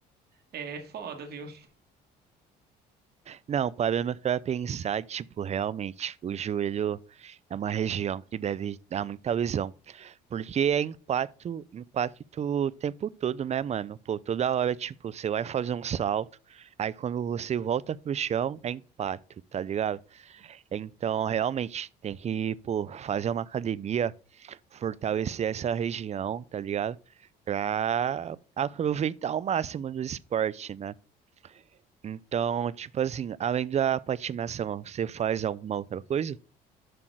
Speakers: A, on the right; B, on the right.
A: é foda, viu?
B: Não, parando pra pensar, tipo, realmente, o joelho é uma região que deve dar muita lesão. Porque é impacto, impacto o tempo todo, né, mano? Pô, toda hora, tipo, você vai fazer um salto, aí quando você volta pro chão, é impacto, tá ligado? Então, realmente, tem que, pô, fazer uma academia, fortalecer essa região, tá ligado? Pra aproveitar ao máximo do esporte, né? Então, tipo assim, além da patinação, você faz alguma outra coisa?